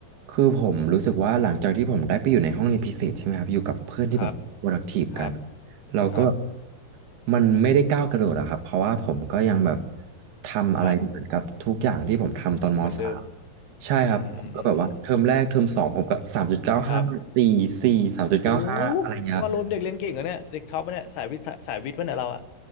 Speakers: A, on the right; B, on the left.
A: คือผมรู้สึกว่าหลังจากที่ผมได้ไปอยู่ในห้องเรียนพิเศษใช่ไหมครับอยู่กับเพื่อนที่แบบ
B: ครับ
A: productive
B: ครับ
A: กันเราก็แบบ
B: ครับ
A: มันไม่ได้ก้าวกระโดดอะครับเพราะว่าผมก็ยังแบบทำอะไรเหมือนกับทุกอย่างที่ผมทำตอนมสาม
B: ครับ เหมือนเดิม
A: ใช่ครับผมก็แบบว่าเทอมแรกเทอมสองผมก็สามจุดเก้าห้าสี่สี่สามจุดเก้าห้าอะไรเงี้ยครับ
B: อืม อืมอืมอืมครับหูนี่ว่ารวมเด็กเรียนเก่งเหรอเนี่ย เด็กชอบปะเนี่ยสายวิทย์สายสายวิทย์ปะเนี่ยเราอะ